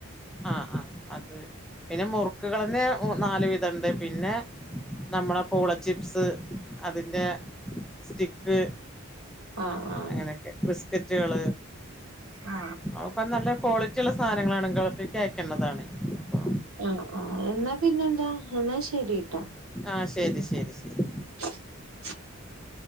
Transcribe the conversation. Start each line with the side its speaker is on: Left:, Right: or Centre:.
Centre: ആഹ്. ആ അത്. പിന്നെ മുറുക്കുകളന്നെ മു നാല് വിധം ഉണ്ട്. പിന്നെ നമ്മുടെ പൂള ചിപ്സ് അതിന്റെ സ്റ്റിക്ക്
Right: ആ ആ
Centre: അങ്ങനെയൊക്കെ ബിസ്കറ്റുകൾ,
Right: ആ
Centre: അതൊക്കെ നല്ല ക്വാളി റ്റി ഉള്ള സാധനങ്ങളാണ്. ഗൾഫിക് അയക്കേണ്ടതാണ്. അപ്പൊ
Right: ആ ആ എന്നാ പിന്നെന്താ എന്നാ ശരിട്ടോ.
Centre: ആഹ്. ശരി. ശരി. ശരി
Right: ഉ <inaudible>